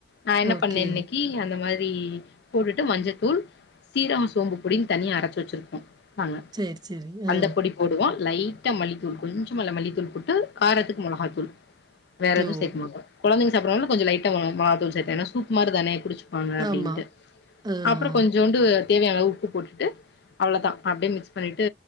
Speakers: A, on the left; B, on the right.
A: நான் என்ன
B: ஓகே
A: பண்ணேன் இன்னைக்கு அந்த மாரி ரி போட்டுட்டு மஞ்சத்தூள் சீரம் சோம்பு பொடின்னு தனியா அரைச்சு வெச்சிருப்போ பாங்க
B: சரி, சரி. ஆ.
A: அந்த பொடி போடுவோ லைட்டா மல்லித்தூள் கொஞ்சமா அதில மல்லித்தூள் போட்டு காரத்துக்கு மிளகாத்தூள் வேறெது
B: ஓ!
A: சேக்க மாட்டோ கொழந்தைங்க அப்புற வந்து கொஞ்ச லைட்டா மொ மொளகாதூள் சேத்தேனா ஏனா சூப் மாரி தானே குடிச்சு வாங்க அப்டின்ட்டு
B: ஆமா. ஆ,
A: அப்புற
B: ஆ.
A: கொஞ்சோண்டு தேவையானளவு உப்பு போட்டுட்டு அவ்ளதா அப்டியே மிக்ஸ் பண்ணிட்டு